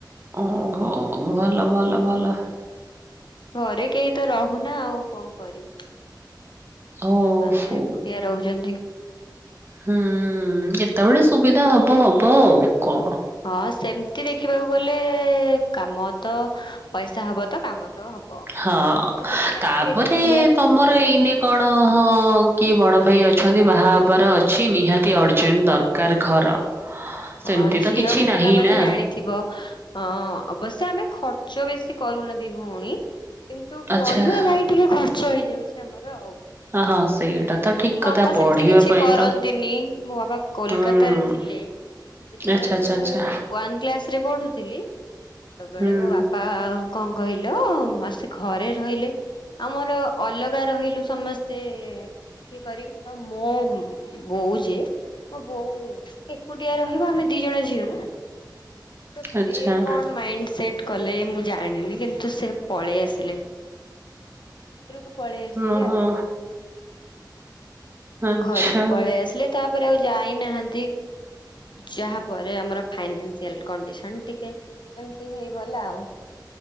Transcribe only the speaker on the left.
ଘରେ କେହି ତ ରହୁନା ଆଉ କଣ କରିବୁ।
ବାପା ମା ଏକୁଟିଆ ରହୁଛନ୍ତି।
ହଁ ସେମତି ଦେଖିବାକୁ ଗଲେ କାମ ତ ପଇସା ହବ ତ କାମ ତ ହବ।
ତ ସେଥିପାଇଁ
ଟିକେ ପର୍ଟିକୁଲାର
ହଁ ଝିଅ
ପିଲାମାନେ
ଜାଣିଥିବ। ହଁ ଅବଶ୍ୟ ଆମେ ଖର୍ଚ୍ଚ ବେଶୀ କରୁନାହାନ୍ତିି ଭଉଣୀ କିନ୍ତୁ
ପଢିବା ଭାଇ ଟିକେ ଖର୍ଚ୍ଚ ହେଇଯାଉଛି ଆମର ଆଉ।
ବାପା
ସେମିତି କିଛି
କରନ୍ତିନି,
ମୋ ବାପା କୋଲକତା
ରେ ଥିଲେ। ଯେତେବେଳେ
ମୁଁ
ୱନ୍ କ୍ଲାସ ରେ ପଢୁଥିଲି, ସେତେବେଳେ
ମୋ ବାପା କଣ କହିଲ, ମାସେ ଘରେ ରହିଲେ ଆମର ଅଲଗା ରହିଲୁ ସମସ୍ତେ ଏ କି କରି, ତ ମୋ ବୋଉ ଯିଏ ମୋ ବୋଉ ଏକୁଟିଆ ରହିବ, ଆମେ ଦି ଜଣ ଝିଅ ନା? ତ ସିଏ
କଣ ମାଇଣ୍ଡ ସେଟ କଲେ ମୁଁ ଜାଣିନି କିନ୍ତୁ ସେ ପଳେଇ ଆସିଲେ। ଘରକୁ ପଳେଇ ଆସିଲେ
ଆଉ।
ଘରକୁ ପଳେଇ ଆସିଲେ, ତାପରେ ଆଉ ଯାଇନାହାନ୍ତି। ଯାହା ପରେ ଆମର ଫାଇନାସିଆଲ କଣ୍ଡିସନ୍ ଟିକେ ଏମିତି ହେଇଗଲା ଆଉ।